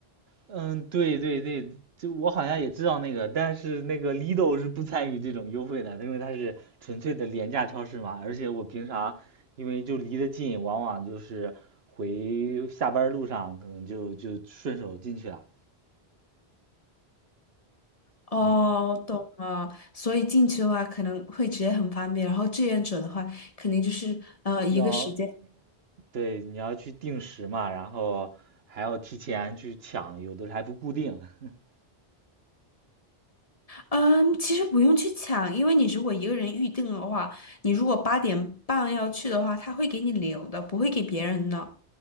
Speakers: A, on the right (about 75°); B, on the left (about 35°).
A: 嗯，对对对，就我好像也知道那个，但是那个 Lidl 是不参与这种优惠的，因为它是纯粹的廉价超市嘛。而且我平常因为就离得近，往往就是回下班路上可能就就顺手进去了。
B: 哦，
A: 嗯，
B: 懂了。所以进去的话可能会直接很方便，然后志愿者的话肯定就是呃一个时间。
A: 要，对，你要去定时嘛，然后还要提前去抢，有的还不固定。<laughs>
B: 嗯，其实不用去抢，因为你如果一个人预定的话，你如果八点半要去的话，他会给你留的，不会给别人的。